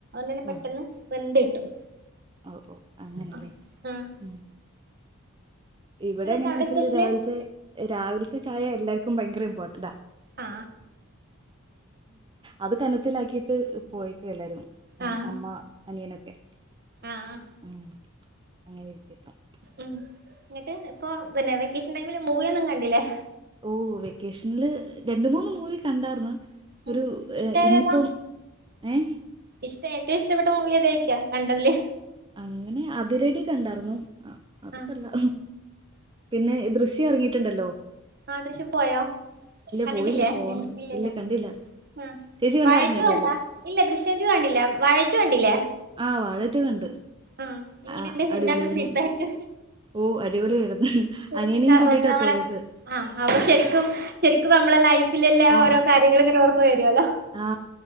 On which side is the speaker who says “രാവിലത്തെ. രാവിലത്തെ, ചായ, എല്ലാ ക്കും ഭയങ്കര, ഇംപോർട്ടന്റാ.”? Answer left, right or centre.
Right